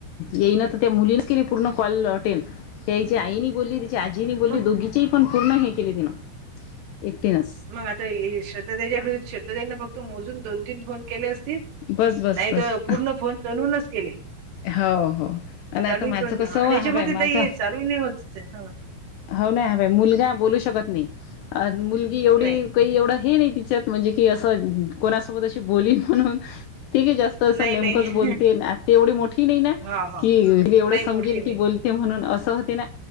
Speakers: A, on the left; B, on the right.
A: येईन तर त्या मुलीं क नाही पूर्ण कॉल वाटेल त्या याची आईनी बोलली तिची आजीनी बोलली
B: मग
A: दोघीची पण पूर्ण हे केली तिन एकटीनच
B: मग आता हे श्रद्धाताईच्या घरी श्रद्धताईने फक्त मोजून दोन तीन फोन केले असतील
A: बस बस
B: नाहीतर
A: बस
B: पूर्ण फोन तनूनच केले
A: हो हो आणि
B: चालूये
A: आता माझं
B: पण
A: कसं
B: आणि याच्यामध्ये
A: ह बाय माझा
B: ताई हे चालू ही नाही होत हा
A: हो नाही ह बाई मुलगा बोलू शकत नाही अ मुलगी एवढी
B: नाही.
A: काही एवढं हे नाही तिच्यात म्हणजे की असं कोणासोबत अशी बोलीन म्हणून ते जास्त असं
B: नाही
A: नेमकंच
B: नाही
A: बोलते तेवढी मोठ नाही ना
B: हा हा
A: की एवढं एवढं
B: नाही
A: समजेल
B: मोठी नाही.
A: की बोलते म्हणून असं होते ना